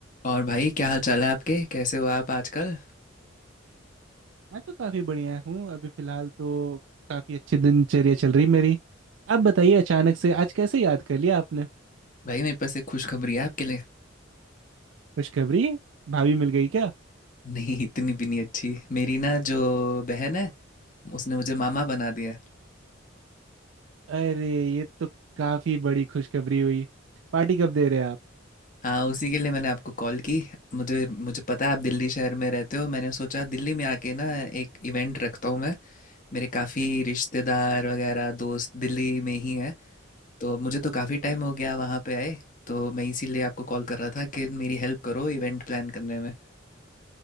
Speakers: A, on the left; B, on the right.
A: और भाई क्या हाल चाल है आपके कैसे हो आप आजकल
B: मैं तो काफी बढ़िया हूँ अभी फिलहाल तो काफी अच्छी दिनचर्या चल रही मेरी आप बताइए अचानक से आज कैसे याद कर लिया आपने
A: भाई मेरे पास एक खुशखबरी है आपके लिए
B: खुशखबरी भाभी मिल गई क्या
A: <laughs> नहीं इतनी भी नहीं अच्छी मेरी ना जो बहन है उसने मुझे मामा बना दिया है।
B: अरे ये तो काफी बड़ी खुशखबरी हुई पार्टी कब दे रहे हैं आप
A: हाँ उसी के लिए मैंने आपको कॉल की मुझे मुझे पता है आप दिल्ली शहर में रहते हो मैंने सोचा दिल्ली में आके ना एक इवेंट रखता हूँ मैं मेरे काफ़ी रिश्तेदार वगैरह दोस्त दिल्ली में ही हैं तो मुझे तो काफ़ी टाइम हो गया वहाँ पे आए तो मैं इसीलिए आपको कॉल कर रहा था कि मेरी हेल्प करो इवेंट प्लान करने में